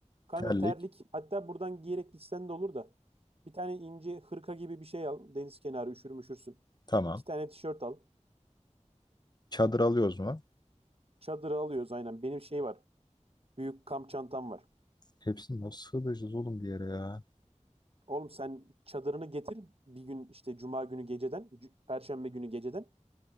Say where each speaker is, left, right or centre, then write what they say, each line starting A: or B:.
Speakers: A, on the right; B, on the left.
A: Kanka
B: Terlik,
A: terlik. Hatta buradan giyerek gitsen de olur da. Bir tane ince hırka gibi bir şey al. Deniz kenarı üşür müşürsün.
B: Tamam.
A: İki tane tişört al.
B: Çadır alıyoruz mu?
A: Çadırı alıyoruz aynen. Benim şey var. Büyük kamp çantam var.
B: Hepsini nasıl sığdıracağız oğlum bir yere ya?
A: Oğlum sen çadırını getir bir gün işte cuma günü geceden, c- perşembe günü geceden.